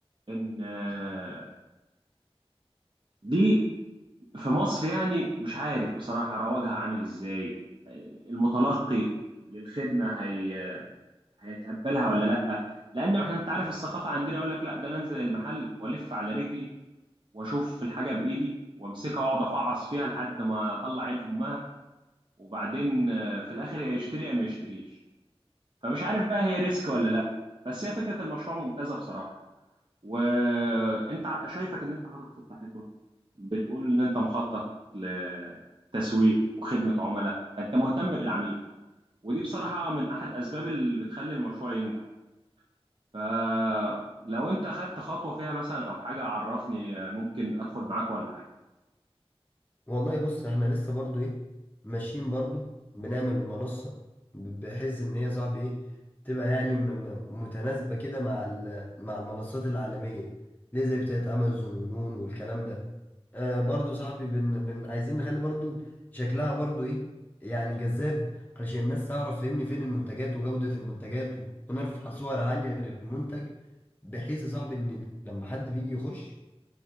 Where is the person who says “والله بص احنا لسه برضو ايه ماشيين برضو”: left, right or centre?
Left